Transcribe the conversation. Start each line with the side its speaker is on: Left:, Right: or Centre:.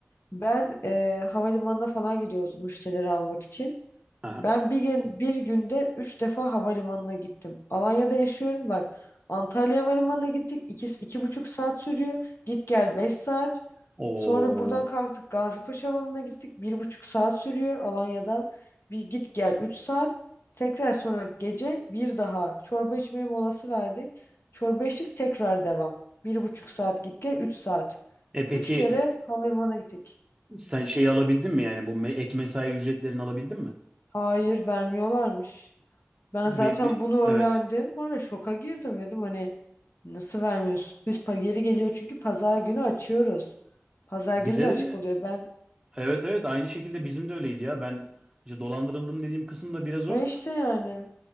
Left: Ben eee havalimanına falan gidiyoruz müşterileri almak için.
Right: Ha.
Left: Ben bir gün bir günde üç defa havalimanına gittim. Alanya'da yaşıyorum bak. Antalya Havalimanı'na gittik. İki, iki buçuk saat sürüyor. Git gel beş saat.
Right: Oo.
Left: Sonra buradan kalktık Gazipaşa Havalimanı'na gittik. Bir buçuk saat sürüyor Alanya'dan. Bir git gel üç saat. Tekrar sonra gece bir daha çorba içmeye molası verdik. Çorba içtik tekrar devam. Bir buçuk saat git gel üç saat.
Right: E peki
Left: Üç kere
Right: s-
Left: havalimanına gittik.
Right: sen şeyi alabildin mi yani bu me- ek mesai ücretlerini alabildin mi?
Left: Hayır vermiyorlarmış. Ben
Right: Be-
Left: zaten
Right: bi-
Left: bunu
Right: evet.
Left: öğrendim. Var ya şoka girdim dedim hani nasıl vermiyorsun? Biz pa- geri geliyor çünkü pazar günü açıyoruz. Pazar
Right: Bize
Left: günü de açık
Right: de
Left: oluyor ben.
Right: evet evet aynı şekilde bizim de öyleydi ya. Ben işte dolandırıldım dediğim kısım da biraz o.
Left: Ha işte yani